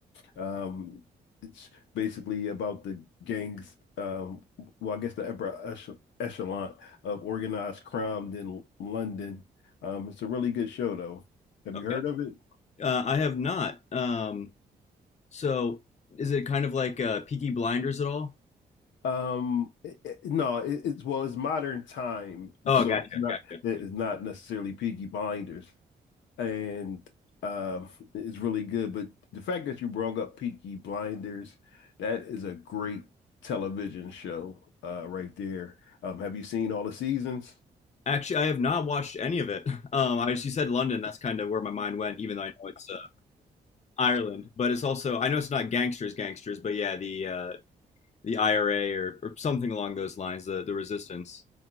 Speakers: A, on the left; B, on the left.
A: Um, it's basically about the gangs, um, well, I guess the upper ech- echelon of organized crime in London. Um, it's a really good show, though. Have
B: Okay.
A: you heard of it?
B: Uh, I have not. Um, so is it kind of like uh, Peaky Blinders at all?
A: Um, it, it- no, it, it's well, it's modern time,
B: Oh,
A: so
B: gotcha,
A: it's not
B: gotcha.
A: it's not necessarily Peaky Blinders, and um, it's really good. But the fact that you brought up Peaky Blinders, that is a great television show, uh, right there. Um, have you seen all the seasons?
B: Actually, I have not watched any of it. <laughs> Um, I just you said London. That's kind of where my mind went, even though I know it's uh, Ireland. But it's also I know it's not gangsters, gangsters, but yeah, the uh, the IRA or, or something along those lines, the the resistance.